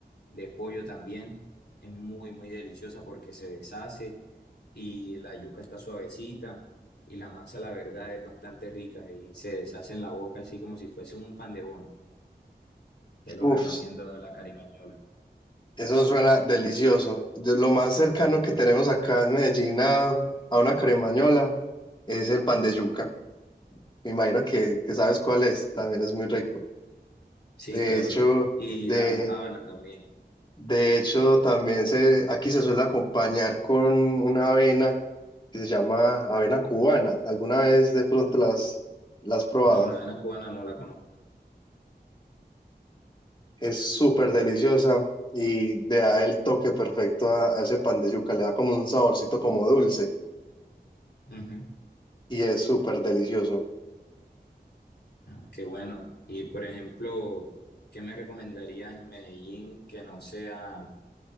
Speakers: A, on the left; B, on the left.
A: de pollo también, es muy, muy deliciosa porque se deshace y la yuca está suavecita y la masa, la verdad, es bastante rica y se deshace en la boca, así como si fuese un pan de bono. Te lo
B: Uf,
A: recomiendo la carimañola.
B: Eso suena delicioso. Yo- lo más cercano
A: Ujú.
B: que tenemos acá en Medellín a, a una caremañola es el pan de yuca. Me imagino que, que sabes cuál es, también es muy rico.
A: Sí,
B: De
A: claro.
B: hecho,
A: Y
B: de,
A: la almojábana también.
B: de hecho también se, aquí se suele acompañar con una avena que se llama avena cubana. ¿Alguna vez de pronto las, las has probado?
A: No, la avena cubana no la conozco.
B: Es súper deliciosa y le da el toque perfecto a, a ese pan de yuca. Le da como un saborcito como dulce
A: Ujú.
B: y es súper delicioso.
A: Ah, qué bueno. Y por ejemplo, ¿qué me recomendarías en Medellín que no sea,